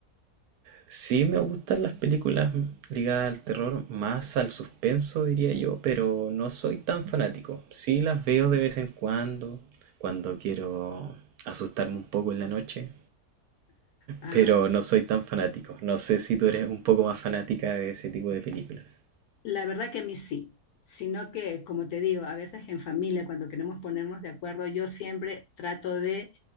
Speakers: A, on the right (about 75°); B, on the left (about 75°).
A: Sí me gustan las películas ligadas al terror, más al suspenso diría yo, pero no soy tan fanático. Sí las veo de vez en cuando, cuando quiero asustarme un poco en la noche,
B: Ah,
A: pero no soy tan fanático. No sé si tú eres un poco más fanática de ese tipo de películas.
B: la verdad que a mí sí, sino que, como te digo, a veces en familia, cuando queremos ponernos de acuerdo, yo siempre trato de,